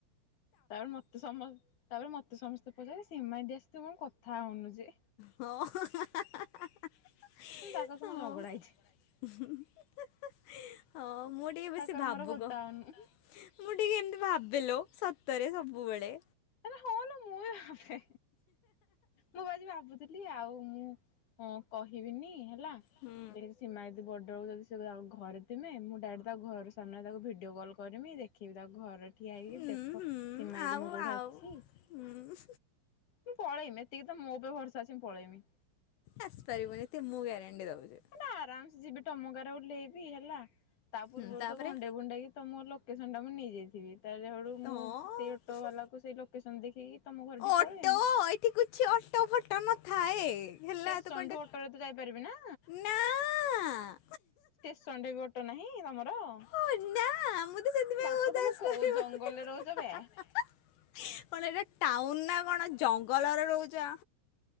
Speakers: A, on the left; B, on the left.
A: ତାପରେ ମତେ ସମସ ତାପରେ ମତେ ସମସ୍ତେ ପଚାରିବେ ସୀମା ଦେଇ ସଇତ କଣ କଥା ହୋଉନୁ ଯେ
B: ହଁ ହଁ
A: ତାଙ୍କ ସହ ମୋର ଝଗଡା ହେଇଛି
B: ମୁଁ ଟିକେ ବେଶୀ
A: ତାଙ୍କର
B: ଭାବୁକ
A: ମୋର କଥା
B: ମୁଁ
A: ହଉନୁ
B: ଟିକେ ଏମତି ଭାବେଲୋ ସତରେ ସବୁବେଳେ
A: ଆଲୋ ହଁ ଲୋ ମୁଁ ବି ଭାବେ ମୁଁ ଆଜି ଭାବୁଥିଲି ଆଉ ମୁଁ କହିବିନି ହେଲା
B: ହୁଁ
A: ସୀମା ଏଦି ବର୍ଡର ସିଲା ଘରେ ଥମେ ମୁଁ ଡାଇରେ ତା ଘର ସାମ୍ନାରେ ତାକୁ ଭିଡିଓ କଲ୍ କରିମି ଦେଖ ଦେଖିବି ତାକୁ ଘର ଠିଆ ହେଇକି
B: ହୁଁ
A: ଦେଖ
B: ହୁଁ
A: ସିମାଦି
B: ଆଉ
A: ମୋ
B: ଆଉ
A: ଛି
B: ହୁଁ
A: ମୁଁ ପଳେଇମି ଏତିକି ତ ମୁଁବେ ଭରସା ଅଛି ମୁଁ ପଳେଇମି।
B: ଆସି ପାରିବୁନି ତ ମୁଁ ଗ୍ୟାରେଣ୍ଟି ଦୋଉଚି।
A: ମାନେ ଆରାମସେ ଯିବି ଟମକାରାରେ ଓଲ୍ଲେଇବି ହେଲା ତା
B: ହୁଁ
A: ପୂର୍ବରୁ
B: ତାପରେ
A: ତ ଭଣ୍ଡେଇ ଭଣ୍ଡେଇକି ତ ମୋ ଲୋକେସନ୍ଟା ମୁଁ ନେଇଯାଇଥିବି ତାହେଳୁ
B: ହଁ
A: ମୁଁ ସେଇ ଅଟୋବାଲାକୁ ସେଇ ଲୋକେସନ୍ ଦେଖିକି ତମ ଘରଟି
B: ଅଟୋ
A: ପଳେଇମି।
B: ଏଠି କିଛି ଅଟା ଫଟା ନଥାଏ। ହେଲା
A: ଷ୍ଟେସନଠୁ
B: ତ କଣଟା
A: ଅଟୋରେ ତ ଯାଇପାରିବି ନା
B: ନାଁ।
A: ଷ୍ଟେସନରେ ବି ଅଟୋ ନାହିଁ ତମର?
B: ଓ ନା ମୁଁ ତ ସେଥିପାଇଁ
A: ବାପ
B: କହୁଚି
A: ତମେ
B: ଆସିପାରିବନି
A: କୋଉ ଜଙ୍ଗଲରେ ରହୁଛ ବେ
B: ହା ହା। କଣ ଏଟା ଟାଉନ ନା କଣ ଜଙ୍ଗଲରେ ରହୁଛ।